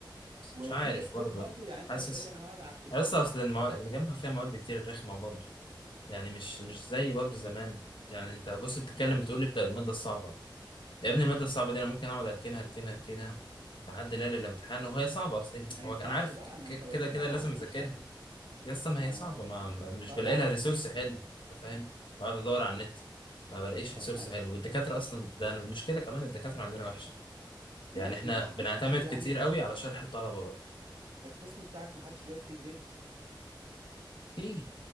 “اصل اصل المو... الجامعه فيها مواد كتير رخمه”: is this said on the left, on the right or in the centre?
Left